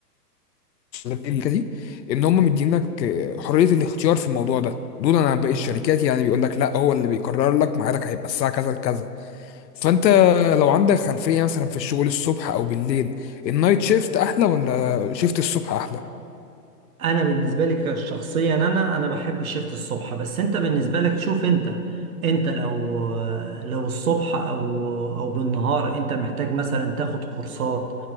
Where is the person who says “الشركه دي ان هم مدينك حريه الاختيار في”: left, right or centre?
Left